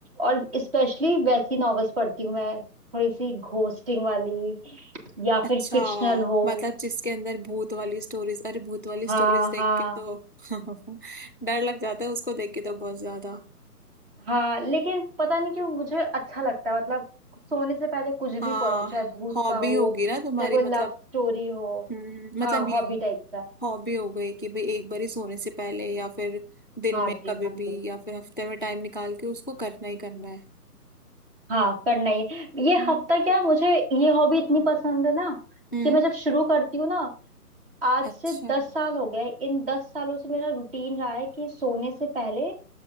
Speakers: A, on the right; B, on the left.
A: और स्पेशली वैसी नॉवेल्स पढ़ती हूँ मैं थोड़ी सी घोस्टिंग वाली या
B: अच्छा
A: फिर फिक्शनल हो
B: मतलब जिसके अंदर भूत वाली स्टोरीज अरे भूत वाली
A: हाँ
B: स्टोरीज देख
A: हाँ
B: के तो <laughs> डर लग जाता है उसको देख के तो बहुत ज्यादा
A: हाँ लेकिन पता नहीं क्यों मुझे अच्छा लगता है मतलब सोने से पहले कुछ
B: हाँ
A: भी पढ़ो चाहे भूत
B: हॉबी
A: का हो
B: होगी ना तुम्हारी
A: चाहे कोई
B: मतलब
A: लव स्टोरी हो
B: हम्म,
A: हाँ
B: मतलब ये
A: हॉबी टाइप का है
B: हॉबी हो गई कि भाई एक बार ही सोने से पहले या फिर दिन
A: हाँ
B: में
A: जी
B: कभी
A: हाँ जी
B: भी या फिर हफ्ते में टाइम निकाल के उसको करना ही करना है
A: हाँ करना ही है। ये
B: हम्म
A: हफ्ता क्या मुझे ये हॉबी इतनी पसंद है ना
B: हम्म,
A: कि मैं जब शुरू करती हूँ ना आज
B: अच्छा
A: से दस साल हो गए इन दस सालों से मेरा रूटीन रहा है कि सोने से पहले